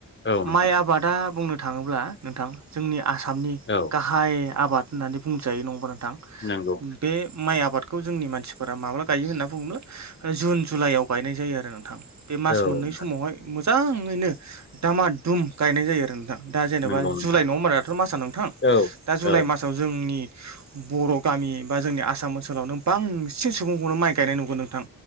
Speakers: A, on the left (about 35°); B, on the right (about 50°).
A: औ नोंथां
B: माइ आबादा बुंनो थाङोब्ला नोंथां जोंनि आसामनि
A: औ नोंथां औ
B: गाहाय आबाद होननानै बुंजायो नङा होमबा नोंथां
A: नंगौ
B: बे माइ आबादखौ खौ जोंनि मानसिफोरा माब्ला गायो होनना बुङोब्ला जुन जुलाइआव गायनाय जायो आरो नोंथां। बे मास
A: औ
B: मोननै
A: नोंथां
B: समावहाय मोजाङैनो दामा दुम गायनाय जायो आरो नोंथां दा जेनेबा
A: नंगौ नोंथां
B: जुलाइ नङम्बाराथ' मासआ नोंथां
A: औ
B: दा जुलाइ
A: औ
B: बे मासाव जोंनि बर' गामि बा जोंनि आसाम ओनसोलावनो बांसिन सुबुंखौनो माइ गायनाय नुगोन नोंथां।